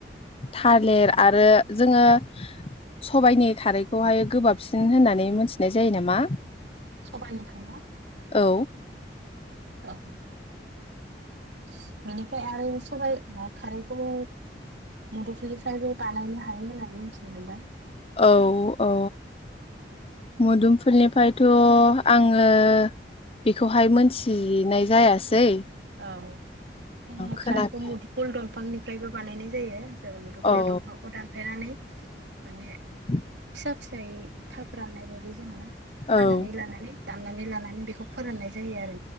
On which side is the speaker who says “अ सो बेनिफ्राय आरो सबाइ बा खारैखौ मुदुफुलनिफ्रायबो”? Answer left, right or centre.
Right